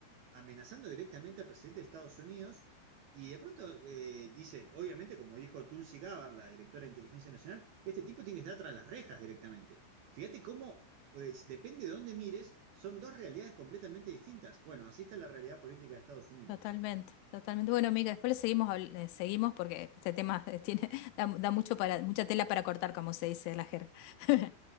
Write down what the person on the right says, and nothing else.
amenazando directamente al presidente de Estados Unidos. Y de pronto eh, dice, obviamente, como dijo Tulsi Gabbard, la directora de Inteligencia Nacional, este tipo tiene que estar tras las rejas directamente. Fíjate cómo, eh, depende de dónde mires, son dos realidades completamente distintas. Bueno, así está la realidad política de Estados Unidos.